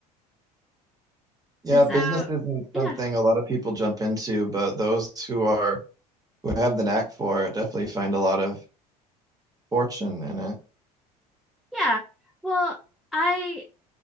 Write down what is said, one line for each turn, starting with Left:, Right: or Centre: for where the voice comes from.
Right: Yeah,
Centre: And so,
Right: business isn't
Centre: yeah.
Right: something a lot of people jump into, but those who are who have the knack for it definitely find a lot of fortune in it,
Centre: Yeah. Well, I